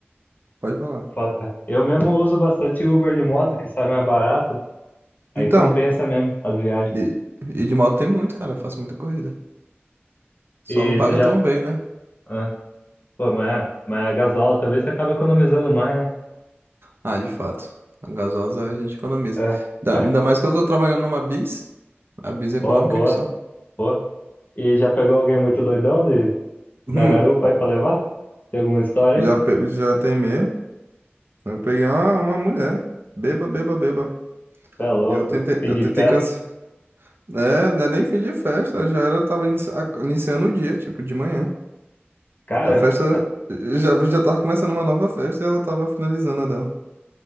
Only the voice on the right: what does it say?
pode falar.
Então,
e, e de moto tem muito, cara. Eu faço muita corrida. Só
não paga
tão bem, né?
Ah, de fato. A gasosa a gente economiza.
Ainda
ainda mais que eu tô trabalhando numa bis. A bis econômica
que só.
Hum,
já,
pe- já teimei. Eu peguei uma, uma mulher. Beba, beba, beba.
Eu tentei,
eu
tentei
cancelar. É, não é nem fim de festa. Já era, eu tava inici- a- iniciando o dia, tipo, de manhã.
A festa
já, já tava começando uma nova festa e ela tava finalizando a dela.